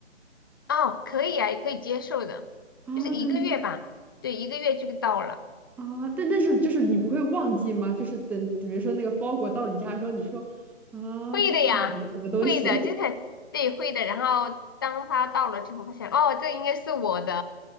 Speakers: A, on the left; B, in the centre.
A: <laughs> 哦，可以啊，也可以接受的，
B: <laughs> 啊，
A: 就是一个月吧，
B: 可以
A: 对，一个月就到了。
B: 啊。但但是就是你不会忘记吗？就是等比如说那个包裹到你家的时候，你说啊，
A: 会的呀，
B: 这是什么什么东西
A: 会的，
B: <laughs>
A: 就是很对，会的。然后当他到了之后，发现哦，这应该是我的，